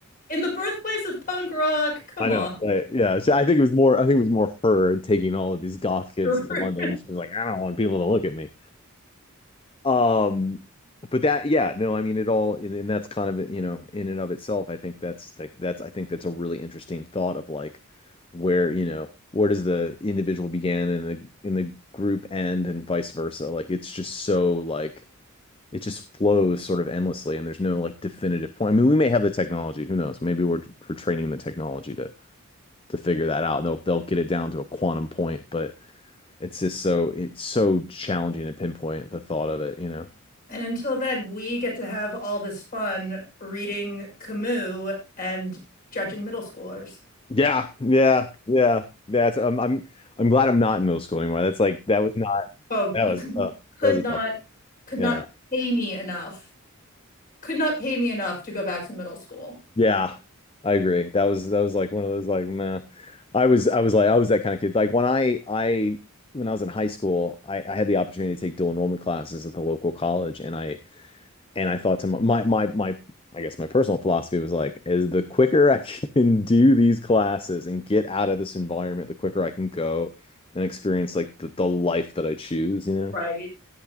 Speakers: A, on the left (about 40°); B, on the left (about 25°).
A: in the birthplace of punk rock. Come
B: I know.
A: on.
B: Right. Yeah. So I think it was more. I think it was more her taking all of these goth kids
A: <laughs>
B: to London. She was like, I don't want people to look at me. Um, but that, yeah, no, I mean it all, and, and that's kind of you know, in and of itself, I think that's like that's I think that's a really interesting thought of like where you know where does the individual begin and the in the group end and vice versa. Like it's just so like it just flows sort of endlessly, and there's no like definitive point. I mean, we may have the technology, who knows? Maybe we're we're training the technology to to figure that out. They'll they'll get it down to a quantum point, but it's just so it's so challenging to pinpoint the thought of it, you know.
A: And until then, we get to have all this fun reading Camus and judging middle schoolers.
B: Yeah, yeah, yeah. That's um, I'm I'm glad I'm not in middle school anymore. That's like that was not
A: Oh,
B: that
A: you
B: was
A: could
B: uh,
A: could
B: that was
A: not
B: a tough.
A: could
B: Yeah.
A: not pay me enough could not pay me enough to go back to middle school.
B: Yeah. I agree. That was that was like one of those like meh. I was I was like I was that kind of kid. Like when I I when I was in high school, I, I had the opportunity to take dual enrollment classes at the local college and I and I thought to my my my I guess my personal philosophy was like, is the quicker I <laughs> can do these classes and get out of this environment, the quicker I can go and experience like the, the life that I choose, you know?
A: Right.